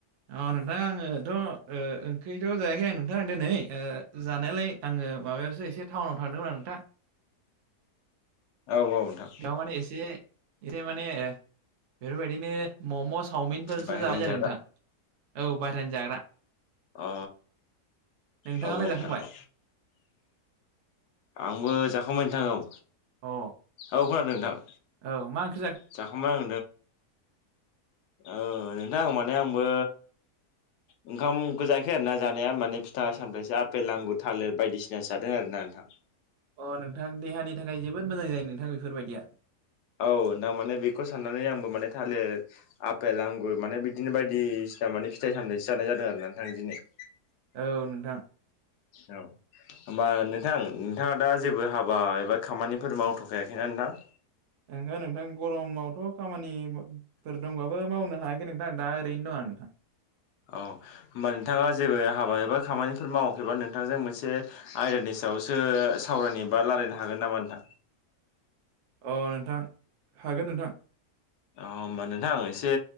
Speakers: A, on the right (about 65°); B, on the left (about 75°).
A: औ नोंथां आङोथ' ओ ओंख्रिथ' जायाखै आं नोंथां दिनै ओ जानायालाय आङो माबायावसो एसे टाउनाव थांदोंमोन आरो <unintelligible>
B: औ औ नोंथां
A: बेयाव माने एसे एसे माने बेफोरबायदिनो मम' चावमिनफोरसो
B: बाहेरानि
A: जाबाय जादों
B: जाग्रा
A: नोंथां औ बायह्रानि जाग्रा।
B: अ
A: नोंथाङालाय
B: औ नोंथां
A: जाखांबाय?
B: औ आंबो जाखांबाय नोंथां औ।
A: औ।
B: औ खोनादों नोंथां।
A: औ मा ओंख
B: जाखांबाय आं औ नोंथां आं माने आंबो ओंखामखौ जायाखै आरोना जानाया माने फिथा सान्रसो आफेल आांगुर थालिर बायदिसिना जादों आरो ना। नोथां।
A: अ नोंथां देहानि थाखाय जोबोद मोजां जायो नोंथां बेफोरबायदिया।
B: औ नाओंथां माने बेखौ साननानै आंबो माने थालिर आफेल आंगुर माने बिदिनो बायदि। सिना माने फिथाइ सामथाइसो जानाय जादों आरो ना नोंथां दिनै।
A: औ नोंथां
B: औ। होमबा नोंथां नोंथाङा दा जेबो हाबा एबा खामानिफोर मावथ'खायाखैना नोंथां।
A: ओंख नोंथां गरमावथ' खामानिफोर दंबाबो मावनो हायाखै नोंथां दा ओरैनो दं आं। <unintelligible>
B: औ होमबा नोंथाङा जेबो हाबा एबा खामानिफोर मावाखैबा नोंथांजों मोनसे आयदानि सायावसो सावरायनो बा रायलायनो हागोन नामा नोंथां?
A: अ नोंथां हागोन नोंथां।
B: अ होमबा नोंथां एसे